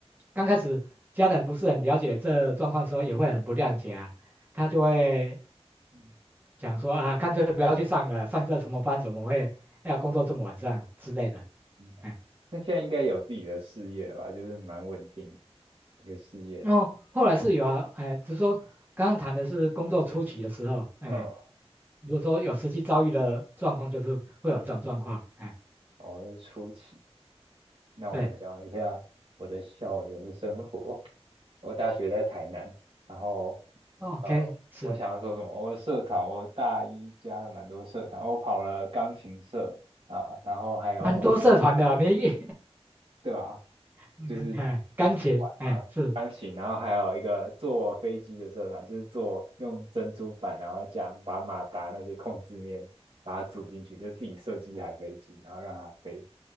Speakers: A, on the right; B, on the right.
A: 刚开始家人不是很了解这状况的时候，也会很不谅解啊，他就会
B: 嗯
A: 讲说啊，干脆不要去上了，上这什么班怎么会要工作这么晚上之类的。
B: 嗯，
A: 哎，
B: 那现在应该有自己的事业了吧？就是蛮稳定的一个事业，
A: 哦，后来是有啊，哎，只是说刚刚谈的是工作初期的时候，哎，
B: 嗯。
A: 如果说有实际遭遇的状况，就是会有这种状况。哎，
B: 哦，是初期，那我对讲一下我的校园生活。
A: 对
B: 我大学在台南，然后
A: ，OK，
B: 呃，
A: 是
B: 我想要说什么？我的社团，我大一加了蛮多社团，我跑了钢琴社啊，然后还有
A: 蛮多社团的哦，你一
B: 对啊，
A: <laughs>
B: 就是
A: 哎，钢琴，哎，
B: 啊，
A: 是
B: 钢琴，然后还有一个坐飞机的社团，就是坐用珍珠板，然后加把马达那些控制面把它组进去，就自己设计一台飞机，然后让它飞